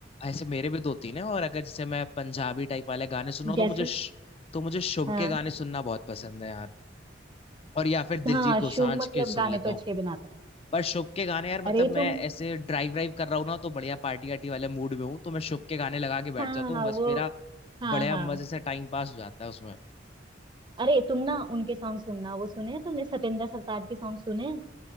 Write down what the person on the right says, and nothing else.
जैसे
हाँ
हाँ
शुभ मतलब
गाने
तो
अच्छे बनाता है
अरे तुम
हाँ
वो
हाँ
हाँ
अरे तुम ना उनके सॉन्ग सुनना वो सुने हैं तुमने सतेंद्र सरताज के सॉन्ग सुने हैं?